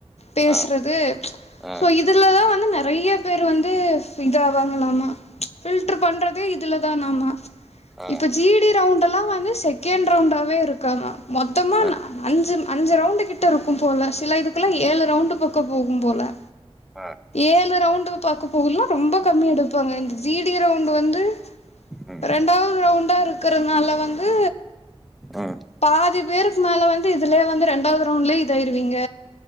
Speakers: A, on the left (about 85°); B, in the centre.
A: பேசுறது
B: ஆ ஆ
A: சோ இதுலதா வந்து நெறைய பேரு வந் து இதவாங்களாமா ஃபில்டர் பண்ணறதே இதுல தானாமா
B: ஆ ஆ
A: இப்ப ஜீ டி ரவுண்ட்ல்லா வந்து செகண்ட் ரவுண்டாவே இருக்காம மொத்தமா
B: ஆ
A: அஞ்சு அஞ்சு ரவுண்ட் கிட் ட இருக்கும் போல சில இதுக்குல்லா ஏழு ரவுண்டு பக்கோ போகும் போல
B: ஆ
A: ஏழு ரவுண்ட் பாக்க போகுலா ரொம்ப கம்மியா எடுப்பாங்க இந்த ஜீ டி ரவுண்ட் வந்து
B: ம்
A: ரெண்டாவது ரவுண்டா இருக்கறதுனால வந்து
B: ஆ
A: பாதி பேருக்கு மேல வந்து இதுலயே வந்து ரெண்டாவது ரவுண்ட்லயே இதாயிருவீங்க